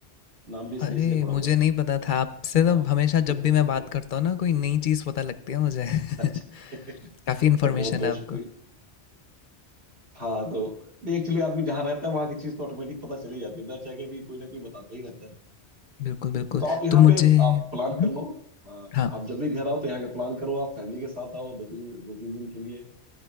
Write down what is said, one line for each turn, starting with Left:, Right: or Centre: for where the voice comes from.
Right: नाम भी इसके
Left: अरे
Right: इसलिए पड़ा हुआ
Left: मुझे
Right: है
Left: नहीं पता था आपसे तो
Right: हाँ
Left: हमेशा
Right: <laughs>
Left: जब भी मैं बात करता हूँ ना कोई नई चीज़ पता लगती है मुझे <laughs>
Right: अच्छा
Left: काफ़ी इन्फॉर्मेशन
Right: <laughs> बहुत बहुत
Left: है आपको
Right: शुक्रिया हाँ तो एक्चुअली आदमी जहाँ रहता है वहाँ की चीज तो ऑटोमेटिक पता चली जाती है ना चाह के भी कोई ना कोई बताता ही रहता है
Left: बिल्कुल बिल्कुल
Right: तो आप यहाँ
Left: तो मुझे
Right: पे
Left: हम्म,
Right: आप प्लान कर लो अ,
Left: हाँ
Right: आप जब भी घर आओ तो यहाँ का प्लान करो आप फैमिली के साथ आओ दो तीन दो तीन दिन के लिए